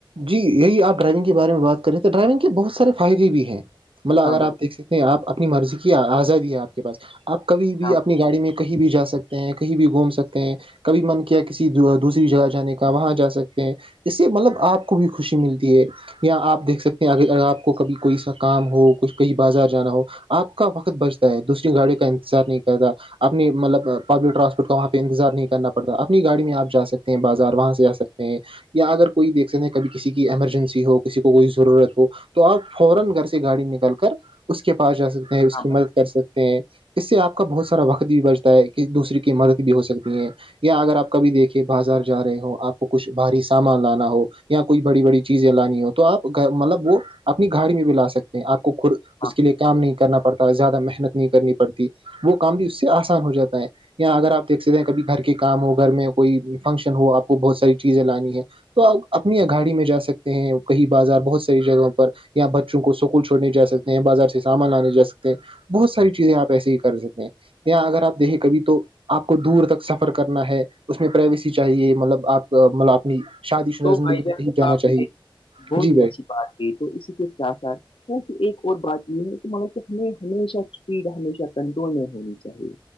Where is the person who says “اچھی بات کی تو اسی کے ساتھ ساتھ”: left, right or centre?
Left